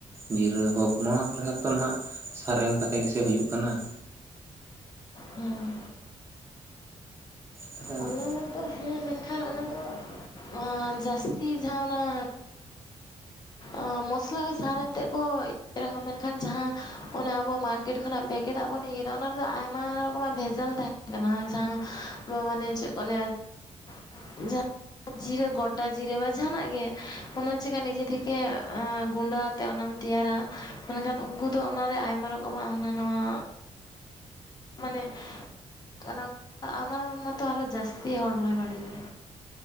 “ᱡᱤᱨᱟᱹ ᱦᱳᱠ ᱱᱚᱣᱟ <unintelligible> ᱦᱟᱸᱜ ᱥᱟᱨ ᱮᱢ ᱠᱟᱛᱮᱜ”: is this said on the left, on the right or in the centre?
Right